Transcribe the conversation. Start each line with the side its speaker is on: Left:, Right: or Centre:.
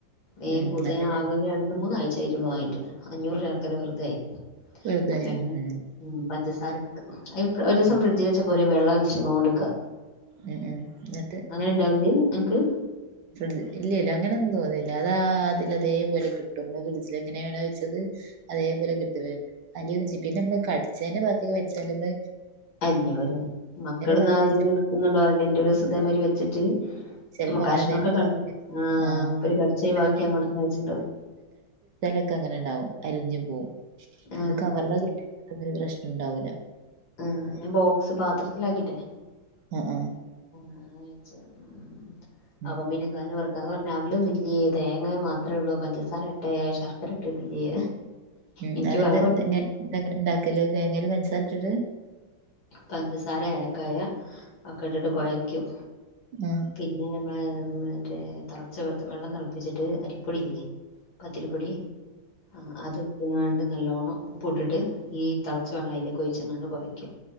Left: വേം
Right: ഉം
Left: പൂതോയി
Right: എന്നാ പിന്നെ
Left: ഞാ ആകെ ഒര് രണ്ടു മൂന്ന് ആഴ്ചായി ട്ടൊള്ളൂ വാങ്ങീട്ട് അഞ്ഞൂറ് ശർക്കര വെറുതായി
Right: വെറുതായി
Left: അപ്പ ഞാൻ
Right: ഉം ഉം
Left: പിന്നെ പഞ്ചസാര ഇട്ട് അയ് ഇപ്പൊ ഒരീസം
Right: ഉം
Left: ഫ്രിഡ്ജില് വെച്ചപ്പൊരു വെള്ളൊല്ച്ചുങ്ങോണ്ട് ക്ക
Right: ഉം ഉം എന്നിട്ട്
Left: ഉണ്ടാവലണ്ട് അൻക്ക്
Right: ഫ്രി ഇല്ല ഇല്ല അങ്ങനെന്നും തോന്നില്ല അതാ അതില അതേപോലെ കി ട്ടും ന്ന് ഫ്രിഡ്ജിലെങ്ങനേണോ വെച്ചത് അതേപോലെ കിട്ടല്ണ്ട് അലിയോന്ന് ച്ച പിന്നെ നമ്മള് കടിച്ചേന്റെ ബാക്കിയൊക്കെ വെച്ചാലത്
Left: അലിഞ്ഞോവും ലേ മക്കൾ ഇന്നതിന്ന്
Right: ബാക്കി കഴിച്ചാ
Left: ഇടുക്കുന്നുണ്ടോ അറീല ഇൻ്റൊരീസം ഇതേമാതിരി വെച്ചിട്ട്
Right: ചെലപ്പോ
Left: അവ് മെ കഷ്ണൊക്കെ
Right: അങ്ങനെ എന്തേലും ഉണ്ടാവും
Left: കണ്ട് ആ
Right: ആഹ്
Left: മൂപ്പര് കടിച്ചത്
Right: ഒരു
Left: വാക്കി അങ്ങോട്ടന്നെ വെച്ച് ണ്ടാവും
Right: ക്കെ അങ്ങനെണ്ടാവും അലിഞ്ഞു പോവും
Left: ആഹ്
Right: ഇത് കവർ <unintelligible> പ്രശ്നം ഉണ്ടാവൂില്ല
Left: ആ ഞാൻ ബോക്സ് പാത്രത്തിലാക്കിട്ടെ
Right: ആ ആ
Left: <inaudible> വെച്ച് ഉം
Right: ഉം
Left: അപ്പം പിന്നെക്കാ <unintelligible> പിന്നെ അവലൊന്നില്ലേ തേങ്ങ മാത്രേ ഉള്ളൂ പഞ്ചസാര ഇട്ടേ ശർക്കര ഇട്ടിട്ടില്ലേ
Right: ഉം
Left: എനിക്ക്
Right: അത്ണ്ട്
Left: പറയാൻ
Right: ഇതന്നെ
Left: പറ്റില്ലല്ലോ
Right: ഇതെങ്ങനെ ഇണ്ടാക്കല് തേങ്ങേല് പൻസാര ഇട്ട്ട്ട്
Left: പഞ്ചസാര ഏലക്കായ ഒക്കെ ഇട്ടിട്ട് കൊയക്കും
Right: ആ
Left: പിന്നെ നമ്മള് മറ്റേ തിളച്ച വെ വെള്ളം തിളപ്പിച്ചിട്ട് അരിപ്പൊടില്ലേ പത്തിരിപ്പൊടി ആ അത്ട്ട്ങ്ങാണ്ട് നല്ലോണം ഉപ്പ് ഇട്ടിട്ട് ഈ തിളച്ച വെള്ളം അയ്ലേക്കെ ഒയ്ച്ച്ങ്ങാണ്ട് കൊയയ്ക്ക